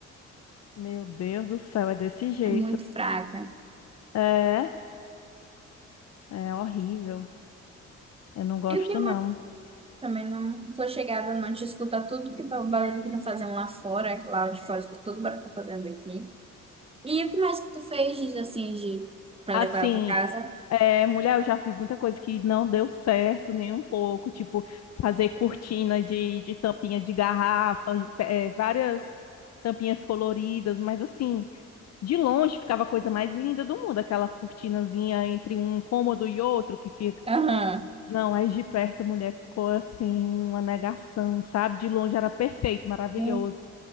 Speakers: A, on the left; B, on the right.
A: Meu Deus do céu, é desse jeito.
B: É muito fraca.
A: É, é horrível. Eu não gosto,
B: E o que
A: não.
B: mais? Também não sou chegada, não te escuta tudo que tá, o barulho que estão fazendo lá fora, lá de fora, escuta todo o barulho que tá fazendo aqui. E o que mais que tu fez, diz assim, de para
A: Assim,
B: decorar a tua casa?
A: é, mulher, eu já fiz muita coisa que não deu certo nem um pouco, tipo fazer cortina de, de tampinha de garrafa, é, várias tampinhas coloridas, mas assim, de longe ficava a coisa mais linda do mundo, aquela cortinazinha entre um cômodo e outro que fica.
B: Aham.
A: Não, aí de perto a mulher ficou assim, uma negação, sabe? De longe era perfeito, maravilhoso.
B: Hum.